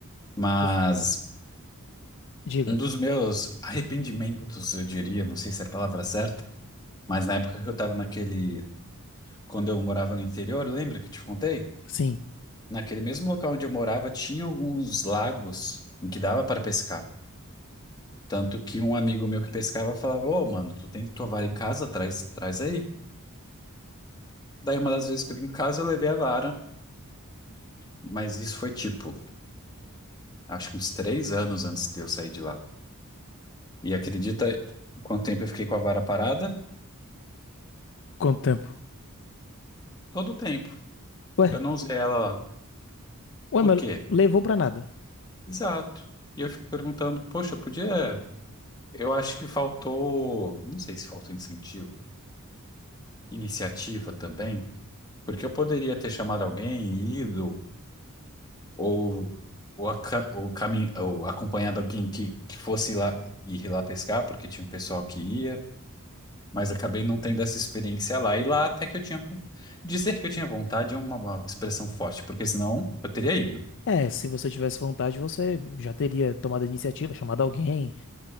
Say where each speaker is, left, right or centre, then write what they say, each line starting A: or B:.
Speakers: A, on the left (about 20°); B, on the left (about 55°).
A: Mas
B: Esse- Diga.
A: um dos meus arrependimentos, eu diria, não sei se é a palavra certa, mas na época que eu tava naquele. Quando eu morava no interior, lembra que eu te contei?
B: Sim.
A: Naquele mesmo local onde eu morava, tinha alguns lagos em que dava para pescar. Tanto que um amigo meu que pescava falava: Ô, mano, tu tem tua vara em casa? Traz, traz aí. Daí uma das vezes que eu vim em casa, eu levei a vara. Mas isso foi tipo, acho que uns três anos antes de eu sair de lá. E acredita em quanto tempo eu fiquei com a vara parada?
B: Quanto tempo?
A: Todo o tempo.
B: Ué,
A: Eu não usei ela lá.
B: ué,
A: Por
B: mas
A: quê?
B: levou pra nada.
A: Exato. E eu fico perguntando, poxa, eu podia. Eu acho que faltou, não sei se faltou incentivo, iniciativa também, porque eu poderia ter chamado alguém, e ido, ou, ou, aca- ou, cami- ou acompanhado alguém que, que fosse lá ir lá pescar, porque tinha um pessoal que ia, mas acabei não tendo essa experiência lá. E lá até que eu tinha. von- Dizer que eu tinha vontade é uma, uma expressão forte, porque senão eu teria ido.
B: É, se você tivesse vontade, você já teria tomado a iniciativa, chamado alguém.